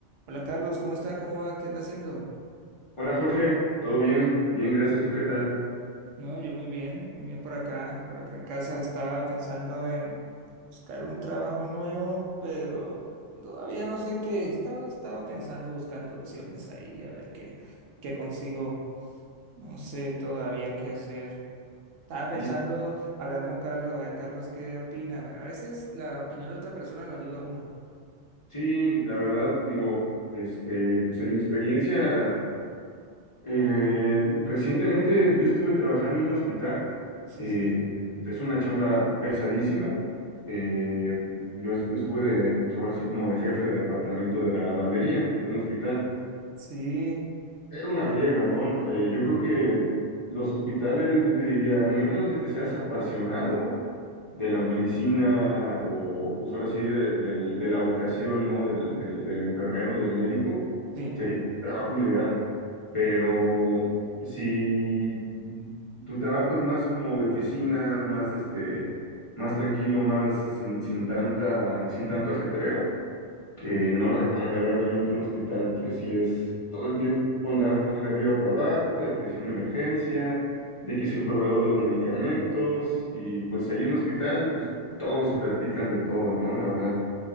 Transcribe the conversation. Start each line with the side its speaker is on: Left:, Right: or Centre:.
Right: Hola Carlos, ¿cómo está? ¿Cómo va? ¿Qué anda haciendo?
Left: Hola Jorge, ¿todo bien? Bien, gracias. ¿Tú qué tal?
Right: No, yo muy bien, muy bien por acá, por acá en casa. Estaba pensando en buscar un trabajo nuevo, pero todavía no sé qué. Estaba, estaba pensando, buscando opciones ahí, a ver qué, qué consigo. No sé todavía qué hacer. Estaba pensando
Left: Sí,
Right: hablar con Carlos, a ver, Carlos, ¿qué opina? A veces la opinión de otra persona lo ayuda a uno.
Left: sí, la verdad, digo, este, pues, en mi experiencia, eh, recientemente yo estuve trabajando en un hospital.
Right: Sí,
Left: eh,
Right: sí.
Left: es una chamba pesadísima. eh, yo est- estuve de, ahora sí como de jefe de departamento de la lavandería de un hospital.
Right: Sí,
Left: Era una friega, ¿no? Eh, yo creo que los hospitales, yo te diría, a menos de que seas apasionado de la medicina o, pues ahora sí, de, del- de la vocación, ¿no? Del, del, del enfermero, del médico,
Right: sí,
Left: sería el trabajo ideal. Pero si tu trabajo es más como de oficina, más, este, más tranquilo, más sin, sin tanta, sin tanto ajetreo, eh, no le recomendaría realmente un hospital porque sí es todo el tiempo andar de arriba para abajo, de que si una emergencia, de que si el proveedor de los medicamentos y pues ahí en un hospital pues todos se platican de todo, ¿no? La verdad.